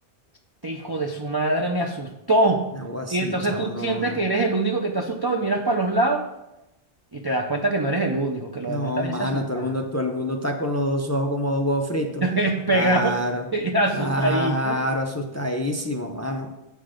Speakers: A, on the right; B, on the left.
A: "Este hijo de su madre me asustó.
B: Algo así,
A: Y entonces
B: chavo,
A: tú
B: no,
A: sientes
B: no, no.
A: que eres el único que está asustado y miras para los lados y te das cuenta que no eres el único, que los
B: No,
A: demás también
B: mano,
A: se asustaron.
B: todo el mundo, todo el mundo está con los dos ojos como dos huevos fritos.
A: <laughs> Pegado,
B: Claro,
A: y asustadito.
B: claro, asustadísimo, mano.